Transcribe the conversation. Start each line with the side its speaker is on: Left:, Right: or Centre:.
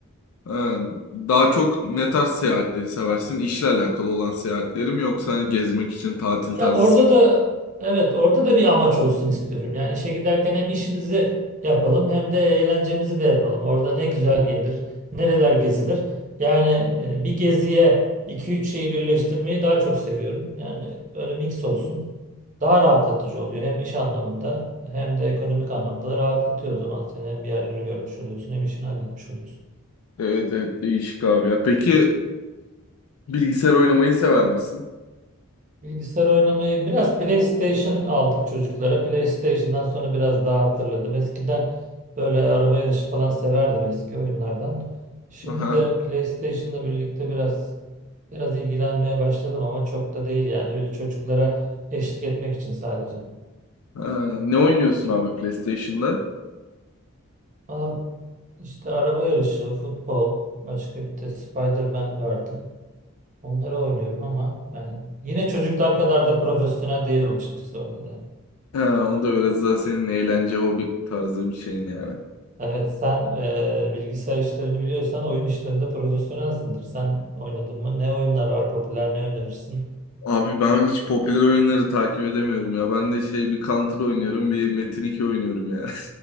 Left: ha. Daha çok ne tarz seyahatleri seversin? İşle alakalı olan seyahatlerim yoksa hani gezmek için tatil tarzı
Right: Ya orada da evet orada da bir amaç olsun istiyorum. Yani işe giderken hem işimizi yapalım hem de eğlencemizi de yapalım. Orada ne güzel yenir, nereler gezilir. Yani e, bir geziye iki üç şeyi birleştirmeyi daha çok seviyorum. Yani öyle mix olsun. Daha rahatlatıcı oluyor hem iş anlamında hem de ekonomik anlamda da rahatlatıyor o zaman seni. Hem bir yerleri görmüş oluyorsun hem işini halletmiş oluyorsun.
Left: Evet evet değişik abi ya. Peki bilgisayar oynamayı sever misin?
Right: Bilgisayar oynamayı biraz PlayStation aldık çocuklara. PlayStation'dan sonra biraz daha hatırladım. Eskiden böyle araba yarışı falan severdim eski oyunlardan. Şimdi
Left: Aha.
Right: de PlayStation'la birlikte biraz biraz ilgilenmeye başladım ama çok da değil yani. Öyle çocuklara eşlik etmek için sadece.
Left: Ha, ne oynuyorsun abi PlayStation'da?
Right: Ama işte araba yarışı, futbol, başka bir de Spider-Man vardı. Onları oynuyorum ama yani yine çocuklar kadar da profesyonel değilim açıkçası orada da. yani.
Left: Ha, o da biraz daha senin eğlence hobi tarzı bir şeyin yani.
Right: Evet, sen e, bilgisayar işlerini biliyorsan oyun işlerinde profesyonelsindir. Sen oynadın mı? Ne oyunlar var popüler? Ne önerirsin?
Left: Abi ben hiç popüler oyunları takip edemiyorum ya. Ben de şey bir Counter oynuyorum, bir Metin 2 oynuyorum yani.